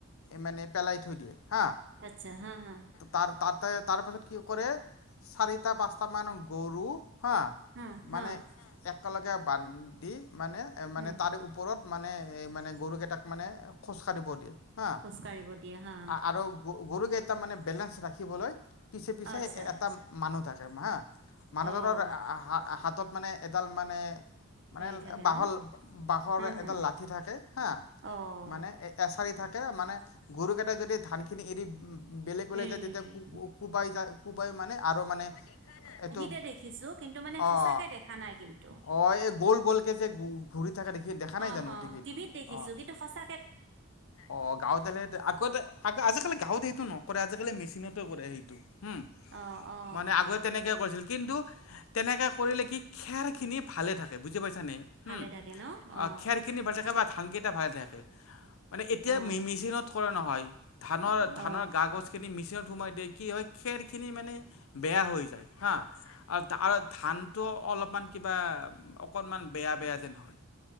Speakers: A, on the left; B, on the right.
A: মানে পেলাই থৈ দিয়ে হা
B: আচ্ছা হা হা
A: তাৰ তাতে তাৰ পাছত কি কৰে চাৰিটা, পাঁচটা মান গৰু হা
B: হা হা
A: মানে একেলগে বান্ধি মানে-মানে
B: হুম
A: তাৰ উপ মানে এই মানে গৰুকেইটাক মানে খোজকাঢ়িব দিয়ে হা
B: খোজ কাঢ়িব দিয়ে হা
A: আৰু গৰুকেইটা মানে বেলেঞ্চ ৰাখিবলৈ পিছে-পিছে
B: আচ্ছা
A: এটা মানুহ থাকে হা মানুহজনৰ
B: অঁ
A: হা- হাতত মানে এডাল মানে মানে
B: হেৰি
A: মানে
B: থাকে
A: বাহল
B: ন
A: বাহ
B: হা হা
A: এডাল লঠি থাকে হাঁ
B: অ অ
A: মানে এছাৰি থাকে মানে গৰু কেইটাই যদি খিনি এৰি বেলেগলে
B: এৰি
A: যায়
B: নিদিয়ে
A: তেতিয়া কো কোবাই যায় কোবাই মানে আৰু মানে এইটো
B: তে দেখিছো কিন্তু মানে সঁচাকে
A: অঁ
B: দেখা নাই কিন্তু
A: অঁ এই গ'ল গ'লকৈ যে ঘূৰি থাকে দেখি দেখা
B: হ'ব
A: নাই জানো
B: হ' টিভিত দেখিছো
A: অঁ
B: কিন্তু সঁচা
A: অঁ, গাঁৱতে হে আগতে আ আজিকালি গাঁৱত সেই ওম কৰে আজিকালি মেচিনত কৰে সেইটো। ওম
B: অ অ
A: মানে আগ তেনেকে কৰিছিল কিন্তু তেনেকে কৰিলে কি খেৰ খিনি ভালে থাকে বুজি পাইছা নে?
B: ভালে
A: হম
B: থাকে ন অ
A: অঁ খেৰ খিনি ভালে থাকে বা ধান কেইটা ভালে থাকে মানে এতিয়া
B: অ
A: মে মেচিনত কৰা নহয় ধানৰ
B: অ
A: ধানৰ গা গছ খিনি মেচিনত সোমাই দিয়ে কি হয় খেৰ খিনি মানে বেয়া হৈ যায়। হা আৰু না ধানতো অলপমান কিবা অকনমান বেয়া বেয়া যেন হয়।